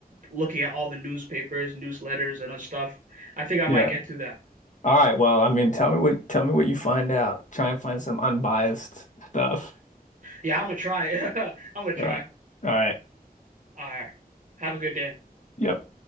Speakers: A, on the right; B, on the left.
A: looking at all the newspapers, newsletters, and other stuff. I think I
B: Yeah.
A: might get to that.
B: All right. Well, I mean, tell me what tell me what you find out. Try and find some unbiased stuff.
A: Yeah, I'm gonna try. <laughs> I'm gonna try.
B: All right. All right.
A: All right. Have a good day.
B: Yep.